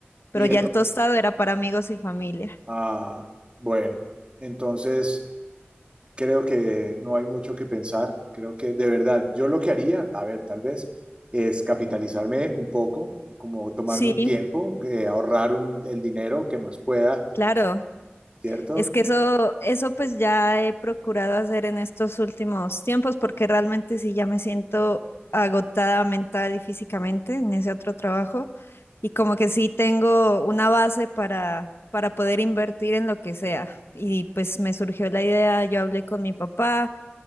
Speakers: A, on the left; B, on the right.
A: pero
B: Y él
A: ya el
B: lo-
A: tostado era para amigos y familia.
B: Ah, bueno. Entonces, creo que no hay mucho que pensar. Creo que de verdad, yo lo que haría, a ver, tal vez, es capitalizarme un poco, como tomarme
A: Sí,
B: un tiempo, eh, ahorrar un- el dinero que más pueda,
A: claro.
B: ¿cierto?
A: Es que eso, eso pues ya he procurado hacer en estos últimos tiempos porque realmente sí ya me siento agotada mental y físicamente en ese otro trabajo y como que sí tengo una base para, para poder invertir en lo que sea. Y pues me surgió la idea, yo hablé con mi papá